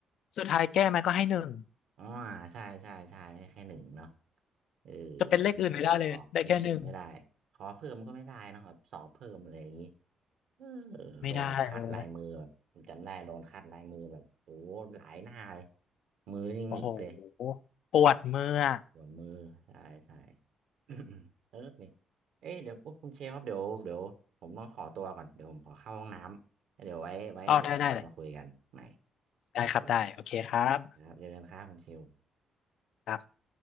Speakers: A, on the left; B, on the right.
A: สุดท้ายแก้มันก็ให้หนึ่ง
B: อ๋อใช่ใช่ใช่ให้แค่หนึ่งเนาะเออ
A: จะเป็นเลขอื่นไม่ได้เลยได้แค่หนึ่ง
B: ติดรอเล่นเกมไม่ได้ขอเพิ่มก็ไม่ได้เนอะแบบสอบเพิ่มอะไรอย่างนี้เออโดนแบบคัดลายมือแบบผมจำได้โดนคัดลายมือแบบโอ้หลายหน้าเลย
A: ไม่ได้เลย
B: มือนี่หงิกเลย
A: โอ้โหปวดเมื่อ
B: อ่าปวดมือใช่ใช่ <coughs> เออเนี่ยเอ๊ะเดี๋ยวพวกคุณเชฟครับเดี๋ยวเดี๋ยวผมต้องขอตัวก่อนเดี๋ยวผมขอเข้าห้องน้ำแล้วเดี๋ยวไว้ไว้เดี๋ยวเรามาคุยกันใหม่
A: เอาได้ได้ ได้ครับ
B: โอเค
A: ได้ โอเคครับ
B: ครับเจอกันครับคุณเชล
A: ครับ